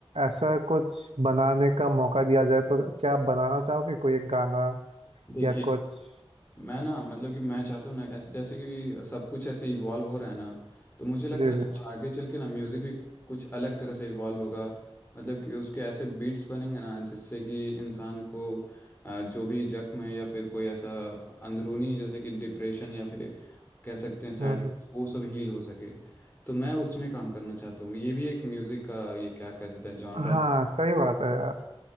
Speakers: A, on the right; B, on the left.
A: ऐसा कुछ बनाने का मौका दिया जाए तो क्या आप बनाना चाहोगे कोई एक गाना
B: देखिए
A: या कुछ
B: मैं ना मतलब कि मैं चाहता हूँ ना ऐसे जैसे कि सब कुछ ऐसे इवॉल्व हो रहा है ना तो मुझे लगता
A: जी
B: है
A: जी
B: ना आगे चल के ना म्यूज़िक भी कुछ अलग तरह से इवॉल्व होगा मतलब कि उसके ऐसे बीट्स बनेंगे ना जिससे कि इंसान को अ, जो भी जख्म है या फिर कोई ऐसा अंदरूनी जैसे कि डिप्रेशन या फिर कह सकते हैं सैडनेस
A: हम्म हम्म।
B: वो सब हील हो सके तो मैं उसमें काम करना चाहता हूँ ये भी एक म्यूज़िक का ये क्या कह सकते हैं जॉनरा
A: हाँ सही बात है यार